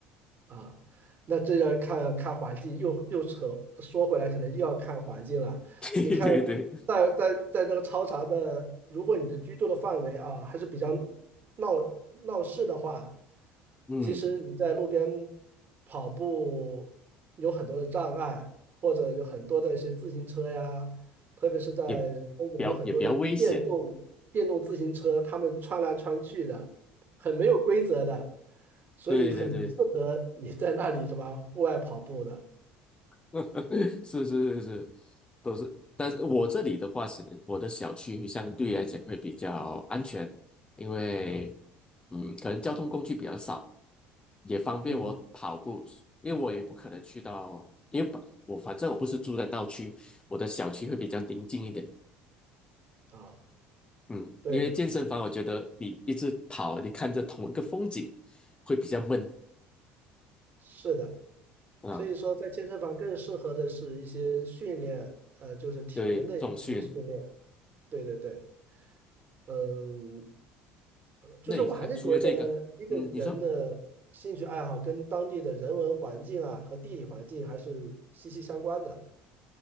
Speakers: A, on the right; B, on the left.
A: 啊，那这要看看环境，又又扯说回来，可能又要看环境了。
B: <laughs> 对对对，
A: 你看，在在在这个超长的，如果你的居住的范围啊还是比较闹闹市的话，
B: 嗯，
A: 其实你在路边跑步有很多的障碍，或者有很多的一些自行车呀，特别是在中国有很多的电动电动自行车，
B: 也比较也比较危险。
A: 他们穿来穿去的，很没有规则的，所以很不适合你在那里什么户外跑步的。
B: 对对对，<laughs> 是是是是，都是。但是我这里的话是，我的小区相对来讲会比较安全，因为嗯，可能交通工具比较少，也方便我跑步。
A: 嗯，
B: 因为我也不可能去到，因为本我反正我不是住在闹区，我的小区会比较宁静一点。
A: 啊，
B: 嗯，
A: 对，
B: 因为健身房，我觉得你一直跑，你看着同一个风景，会比较闷
A: 是的，
B: 啊。
A: 所以说在健身房更适合的是一些训练，呃，就是体能的一些训练。
B: 对，这种训练
A: 对对对。嗯，
B: 那你看，
A: 就是我还是觉得一个人的兴趣爱好跟当地的人文环境啊和地理环境还是息息相关的。
B: 除了这个，嗯，你说，